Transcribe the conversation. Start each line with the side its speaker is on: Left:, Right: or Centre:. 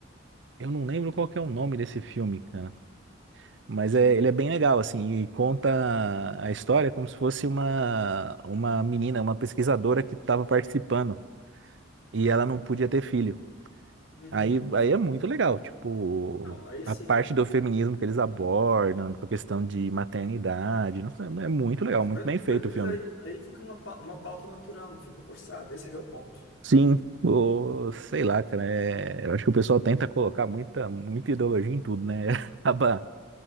Right: Eu não lembro qual que é o nome desse filme, cara. Mas é, ele é bem legal, assim, e conta a história como se fosse uma, uma menina, uma pesquisadora que estava participando e ela não podia ter filho.
Left: Uhum.
Right: Aí, aí é muito legal, tipo,
Left: Não, aí
Right: a
Left: sim.
Right: parte do feminismo que eles abordam, tipo, a questão de maternidade, nossa, é muito legal,
Left: Mas,
Right: muito
Left: mas-
Right: bem feito
Left: mas
Right: o filme.
Left: aí, aí fica uma, pa- uma pauta natural, não fica forçado. Esse é que é o ponto.
Right: Sim, o, sei lá, cara, é, eu acho que o pessoal tenta colocar muita, muita ideologia em tudo, né? <laughs> Acaba,